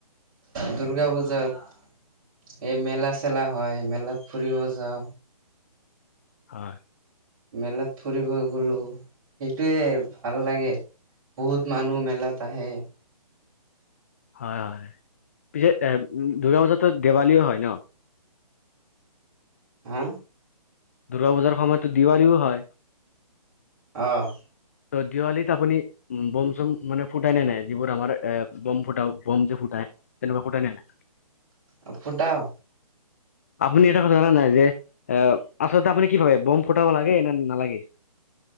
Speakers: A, on the right; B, on the left.
A: দুূৰ্গা পূজাত এই মেলা-চেলা হয়, মেলাত ফুৰিব যাওঁ।
B: হয়।
A: মেলাত ফুৰিব গলো, সেইটোৱে ভাল লাগে। বহুত মানুহ মেলাত আহে।
B: হয়, হয়। পিছে এ, দুূৰ্গা পূজাতো দেৱালীও হয় ন?
A: আ।
B: দূৰ্গাপূজাৰ সময়তো দিৱালীও হয়।
A: অ'।
B: ত' দিৱালীত আপুনি। উম, বম-চম মানে ফুটাই নে নাই? যিবোৰ আমাৰ এ, বম ফুটাও, বম যে ফুটাই। তেনেকুৱা ফুটাই নে নাই?
A: অ' ফুটাও।
B: <inaudible> আপুনি এটা কথা জানা নাই যে, এ আচলতে আপুনি কি ভাবে বম ফুটাব লাগে নে নালাগে?